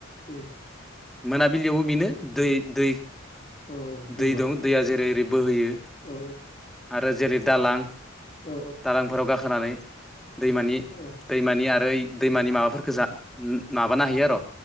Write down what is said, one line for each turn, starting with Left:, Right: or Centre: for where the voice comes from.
Left: उ।
Centre: मोनाबिलियावबो बेनो दै दै
Left: औ औ दैमा
Centre: दै दं दैया जेरै ओरै बोहोयो
Left: औ
Centre: आरो जेरै दालां
Left: औ
Centre: दालांफोराव गाखोनानै दैमानि
Left: औ
Centre: दैमानि आरो दैमानि माबाफोरफोखौ जा माबानो हायो आरो'